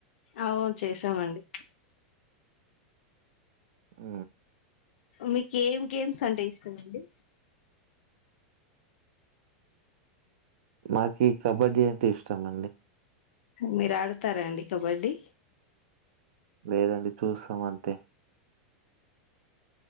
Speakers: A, on the left (about 75°); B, on the right (about 70°).
A: అవు చేసామండి
B: ఊ
A: మీకు ఏం గేమ్స్ అంటే ఇష్టం అండి
B: మాకి కబడ్డీ అంటే ఇష్టం అండి
A: మీరు ఆడుతారా అండి కబడ్డీ
B: లేదండి చూస్తాం అంతే